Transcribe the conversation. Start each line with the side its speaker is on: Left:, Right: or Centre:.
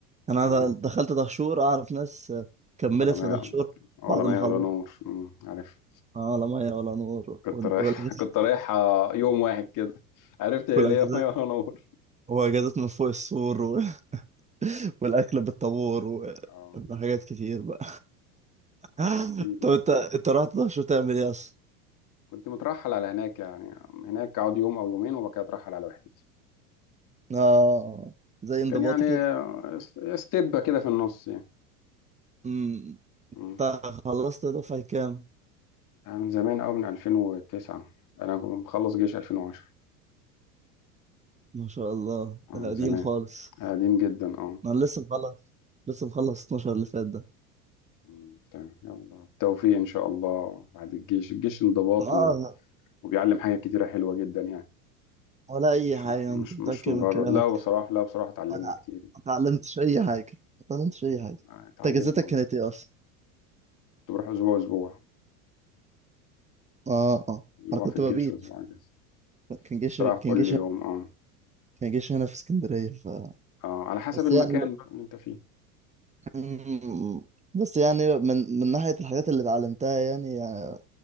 Right: انا
Left: اه
Right: د- دخلت دهشور اعرف ناس كملت
Left: ولا ما
Right: في دهشور
Left: ولا
Right: بعد
Left: ما
Right: ما خلصت
Left: ولا نور أمم، عارف
Right: اه لا ميه ولا نور
Left: كنت
Right: وال-
Left: رايح
Right: والاجازات
Left: <laughs> كنت رايح آه، يوم واحد كده عرفت هي
Right: والاجازات
Left: ليه مية ولا نور
Right: واجازات من فوق السور و- <laughs> والاكل بالطابور
Left: اه
Right: وحاجات كتير بقى <laughs>
Left: يا سيدي
Right: طب انت انت رحت دهشور تعمل ايه اصلا؟
Left: كنت مترحل على هناك يعني هناك اقعد يوم او يومين وبعد كده اترحل على وحدتي
Right: اه زي انضباطي
Left: كان يعني
Right: كده
Left: س- ستيب كده في النص يعني
Right: امم
Left: مم.
Right: انت خلصت دفعة كام؟
Left: أنا من زمان قوي من 2009 انا كنت مخلص جيش 2010
Right: ما شاء الله
Left: آه،
Right: ده
Left: من
Right: قديم
Left: زمان
Right: خالص
Left: قديم جدا اه
Right: ما انا لسه مخلص لسه مخلص 12 اللي فات ده
Left: مم. تمام يلا التوفيق ان شاء الله بعد الجيش الجيش انضباط
Right: اه
Left: و... وبيعلم حاجات كتيرة حلوة جدا يعني
Right: ولا اي
Left: مش
Right: حاجه
Left: مش
Right: انت متاكد
Left: مش مجرد
Right: من كلامك
Left: لا بصراحة لا بصراحة اتعلمنا
Right: ما تع-
Left: كتير
Right: ما اتعلمتش اي حاجه ما اتعلمتش اي حاجه
Left: آه، اتعلمنا
Right: انت اجازتك
Left: والله
Right: كانت ايه اصلا
Left: كنت بروح اسبوع اسبوع
Right: اه اه
Left: اسبوع
Right: انا كنت
Left: في الجيش
Right: ببيت
Left: واسبوع اجازة
Right: كان جيش
Left: كنت
Right: كان
Left: رايح كل
Right: جيش
Left: يوم اه
Right: كان جيش هنا في اسكندريه ف
Left: اه على حسب
Right: بس
Left: المكان
Right: يعني
Left: بقى اللي انت فيه
Right: مم. بس يعني من من ناحية الحاجات اللي اتعلمتها يعني, يعني